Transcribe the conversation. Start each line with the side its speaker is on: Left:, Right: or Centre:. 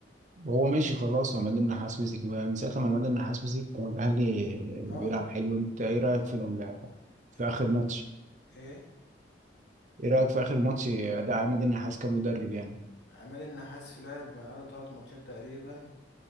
Right: وهو ماشي خلاص وعماد النحاس مسك بقى من ساعه ما عماد النحاس مسك والاهلي
Left: اه
Right: بيلعب حلو انت ايه رايك
Left: كمان
Right: في ال... في
Left: العماد-
Right: اخر ماتش
Left: ايه
Right: ايه رايك في اخر ماتش اداء عماد النحاس كمدرب يعني
Left: عماد النحاس في لعب مع الاهلي تلات ماتشات تقريبا